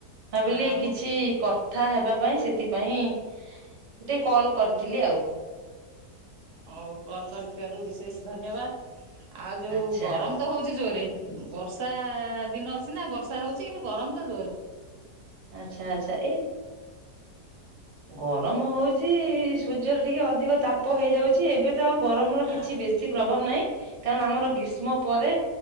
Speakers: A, on the right; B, on the right.
A: ଭାବିଲି
B: ଆମ
A: କିଛି କଥା ହେବା ପାଇଁ ସେଥିପାଇଁ ଟିକେ କଲ କରି ଥିଲି ଆଉ।
B: ହଉ କଲ କରିଥିବାରୁ ବିଶେଷ ଧନ୍ୟବାଦ ଆଉ ଯୋଉ
A: ଆଚ୍ଛା
B: ଗରମ ତ ହଉଛି ଜୋରରେ ବର୍ଷା ଦିନ ସିନା ବର୍ଷା ହଉଛି କିନ୍ତୁ ଗରମ ତ ଜୋରରେ।
A: ଆଚ୍ଛା ଆଚ୍ଛା ଏ ଗରମ ହଉଛି ସୂର୍ଯ୍ୟର ଟିକେ ଅଧିକ ତାପ ହେଇଯାଉଛି। ଏବେ ତ ଆଉ ଗରମର
B: ନା
A: କିଛି ବେଶୀ ପ୍ରଭାବ ନାହିଁ, କାରଣ ଆମର ଗ୍ରୀଷ୍ମ ପରେ